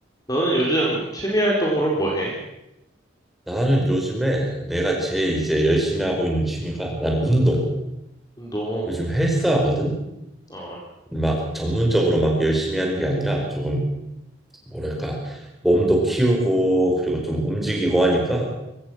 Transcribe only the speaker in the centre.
나는 요즘에 내가 제일 이제 열심히 하고 있는 취미가 나는 운동.
요즘 헬스하거든.
막 전문적으로 막 열심히 하는 게 아니라 조금 뭐랄까 몸도 키우고 그리고 좀 움직이고 하니까